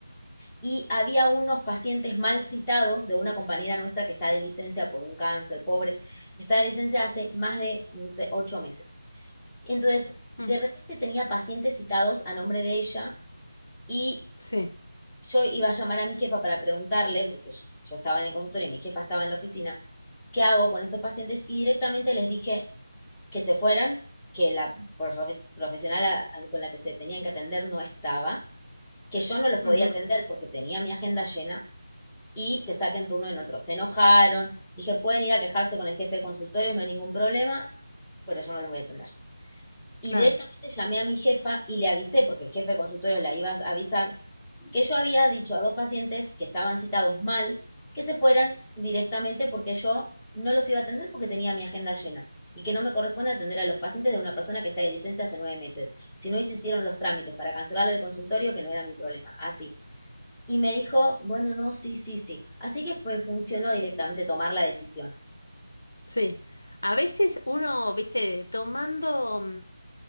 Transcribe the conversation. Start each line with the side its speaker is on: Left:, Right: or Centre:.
Centre: y había unos pacientes mal citados de una compañera nuestra que está de licencia por un cáncer, pobre, está de licencia hace más de, no sé, ocho meses. Entonces, de
Left: Mm,
Centre: repente tenía pacientes citados a nombre de ella y
Left: sí.
Centre: yo iba a llamar a mi jefa para preguntarle, porque yo, yo estaba en el consultorio y mi jefa estaba en la oficina, ¿qué hago con estos pacientes? Y directamente les dije que se fueran, que la profes- profesional a- a- con la que se tenían que atender no estaba, que yo no los podía
Left: ujú,
Centre: atender porque tenía mi agenda llena y que saquen turno en otro. Se enojaron, dije, pueden ir a quejarse con el jefe de consultorios, no hay ningún problema, pero yo no los voy a atender. Y
Left: Claro.
Centre: directamente llamé a mi jefa y le avisé, porque el jefe de consultorio la iba a avisar, que yo había dicho a dos pacientes que estaban citados mal, que se fueran directamente porque yo no los iba a atender porque tenía mi agenda llena y que no me corresponde atender a los pacientes de una persona que está de licencia hace nueve meses. Si no se hicieron los trámites para cancelarle el consultorio, que no era mi problema. Así. Y me dijo, bueno, no, sí, sí, sí. Así que fue, funcionó directamente tomar la decisión.
Left: Sí. A veces uno, viste, tomando... mm,